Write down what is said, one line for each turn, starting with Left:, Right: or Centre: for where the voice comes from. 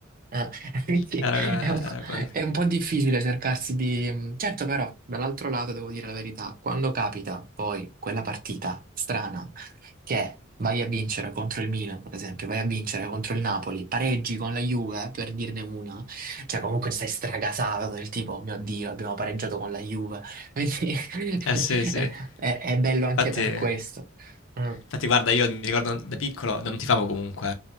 Right: eh, <laughs> quindi
Left: Era,
Right: è un,
Left: era
Right: po'
Left: quello che...
Right: è un po' difficile cercarsi di... Certo, però, dall'altro lato devo dire la verità, quando capita poi quella partita strana che vai a vincere contro il Milan, per esempio, vai a vincere contro il Napoli, pareggi con la Juve, eh, per dirne una, cioè comunque stai stragasato del tipo, "Oh mio Dio, abbiamo pareggiato con la Juve. <laughs> Quindi
Left: Eh
Right: <laughs>
Left: sì, sì.
Right: è, è- è bello
Left: Infatti...
Right: anche per questo. Mm.
Left: Infatti, guarda, io mi ricordo da piccolo non tifavo comunque